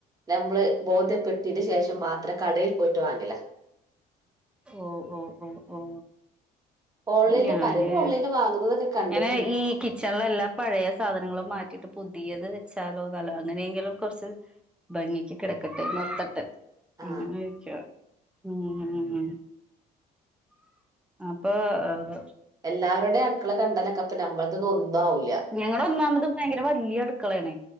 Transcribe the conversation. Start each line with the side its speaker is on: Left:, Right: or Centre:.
Right: ഞമ്മള് ബോധ്യപ്പെട്ടിന് ശേഷം മാത്രം കടയിൽ പോയിട്ട് വാങ്ങലാ
Centre: ഓ ഓ ഓ ഓ
Right: ഓൺലൈനിൽ
Centre: ഞാന്
Right: പലരും ഓൺലൈനിൽ വാങ്ങുന്നതൊക്കെ കണ്ടിട്ടുണ്ട്
Centre: ഞാന് ഈ കിച്ചണില എല്ലാ പഴയ സാധനങ്ങളും മാറ്റിയിട്ട് പുതിയത് വെച്ചാലോ നല്ല അങ്ങനെയെങ്കിലും കൊറച്ച് ഭംഗിക്ക് കിടക്കട്ടെ നോർത്ത്ട്ട്
Right: ആ
Centre: അങ്ങനെയ്ക്കയാ ഉം ഉം അപ്പൊ ആഹ്
Right: എല്ലാവരുടെ അടുക്കള കണ്ടലൊക്കെ അപ്പൊ ഞമ്മളതൊന്നും ഒന്നും ആവുല്ല
Centre: ഞങ്ങള ഒന്നാമത് ഭയങ്കര വലിയ അടുക്കള ആാണ്